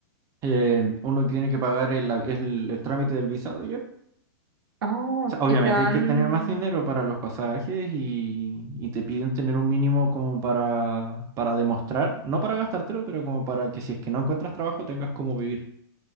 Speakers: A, on the right (about 25°); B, on the right (about 70°).
A: eh, uno tiene que pagar el, el el trámite del visado ya.
B: Oh,
A: sea, obviamente
B: y te dan...
A: hay que tener más dinero para los pasajes y, y te piden tener un mínimo como para, para demostrar, no para gastártelo, pero como para que si es que no encuentras trabajo tengas cómo vivir.